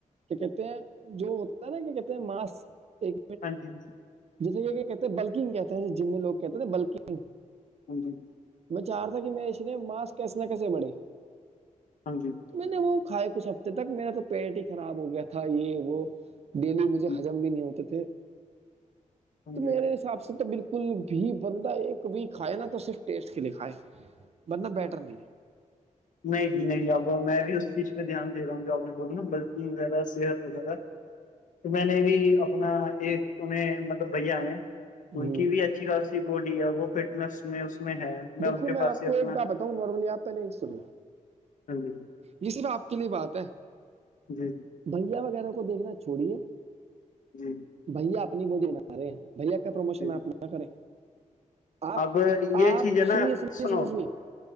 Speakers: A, on the right; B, on the left.
A: کہ کہتے ہیں جو ہوتا ہے نا کہ کہتے ہیں ماس ایک
B: ہاں جی ہاں
A: جیسے یہ کیا کہتے ہیں بلکنگ کہتے ہیں ج جم میں لوگ کہتے ہیں ن بلکنگ
B: ہاں جی
A: میں چاہ رہ تھا کہ میرے سریر ماسک کیسے نہ کیسے بڑھے
B: ہاں جی
A: میں نے وہ کھاائے کچھ ہفتے تک میرا تو پیٹ ہی خراب ہو گیا تھا یہ وہ ڈیلی مجھے
B: ہاں
A: حجم بھی نہیں ہوتے تھے تو
B: جی
A: میرے حساب سے تو بالکل بالکل بھی بندہ ایک بھی کھائے نا تو صرف ٹیسٹ کے لیے کھائے ننا بیٹر نہیں
B: نہیں جی نہیں اب میں بھی اس چیز پہ دھیانے رہا ہوں جو آپ نے بول نا بلکن وغیرہ صحت وغیرہ تو میں نے بھی اپنا ایک تمہیں مطلب بھیا ہیں
A: ہوں
B: ان کی بھی اچھی خاصی باڈی ہے وہ فٹنیس میں اس میں ہے
A: دیکو
B: ان کے
A: میں
B: پاس
A: آپ
B: ہی
A: کو
B: اپنا
A: ایک بار بتاؤں نورمنی آپ پہلے ایک سنیے
B: ہاں جی
A: یہ سرف آپ کے لیے بات ہے
B: جی جی
A: بھیا وغیرہ کو دیکھنا چھوڑی ہے
B: جی
A: بھیا اپنی وہ دین رہے ہیں بھیا کا پرموشن
B: جی
A: آپ نہ کریں آپ
B: اب یہ
A: آپ
B: چیز ہے نا
A: سنیے سنیے
B: سنو
A: سنیے سنیے